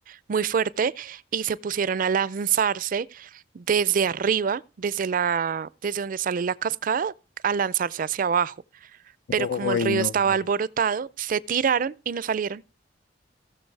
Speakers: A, on the right; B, on the left.
A: muy fuerte y se pusieron a lanzarse desde arriba, desde la desde donde sale la cascada, a lanzarse hacia abajo, pero
B: Uy,
A: como el río
B: no,
A: estaba
B: marica.
A: alborotado, se tiraron y no salieron.